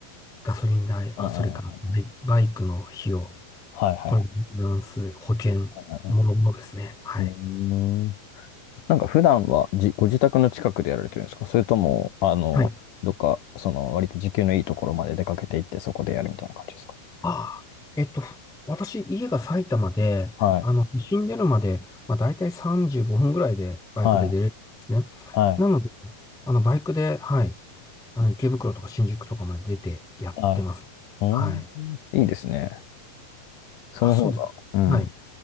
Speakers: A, in the centre; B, on the left (about 70°).
A: ガソリン代、
B: うんうん。
A: あ、それからバイバイクの費用、
B: うんはいはい
A: これ、メンテナンス、保険、
B: はい。
A: もろもろですね。はい。
B: うんうん。なんか普段はじ、ご自宅の近くでやられてるんですかそれとも、あの、
A: はい。
B: どっか、その、割と時給のいいところまで出かけていって、そこでやるみたいな感じですか
A: ああ、えっと、私、家が埼玉で、
B: はい。
A: あの、都心出るまで、まあ、大体35分ぐらいでバイクで出れるんですね。
B: はい。はい。
A: なので、あの、バイクで、はい。あの、池袋とか新宿とかまで出てやってます。
B: はい。うん。
A: はい。
B: いいですね。その方が。
A: まあ、そうです。
B: うん。
A: はい。